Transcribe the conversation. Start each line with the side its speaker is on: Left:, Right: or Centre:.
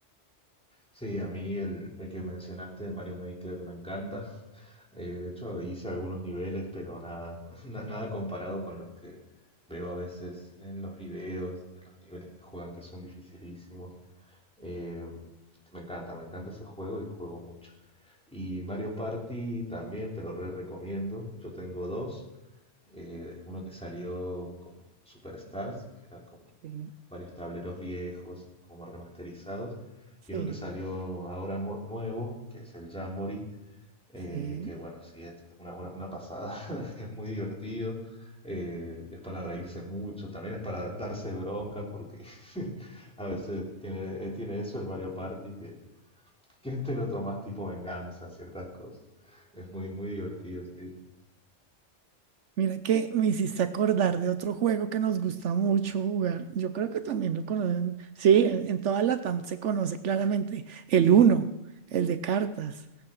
Centre: Sí, a mí el, el que mencionaste de Mario Maker me encanta. <laughs> Eh, de hecho, hice algunos niveles, pero nada, <laughs> na- nada comparado con los que veo a veces en los videos, en los niveles que juegan que son dificilísimos. Eh, me encanta, me encanta ese juego y juego mucho. Y Mario Party también te lo re recomiendo. Yo tengo dos eh, uno que salió como Superstars, que era como
Right: Sí.
Centre: varios tableros viejos, como remasterizados, y
Right: Sí,
Centre: uno que salió ahora nue- nuevo, que es el Jamboree, eh,
Right: sí.
Centre: que bueno, sí, es una, una- una pasada, <laughs> es muy divertido, eh, es para reírse mucho, también es para darse bronca, porque <laughs> a veces tiene, eh, tiene eso el Mario Party, que, que te lo tomas tipo venganza, ciertas cosas. Es muy, muy divertido, sí.
Right: Mira que me hiciste acordar de otro juego que nos gusta mucho jugar. Yo creo que también lo conocen. Sí, en, en toda Latam se conoce claramente el uno, el de cartas,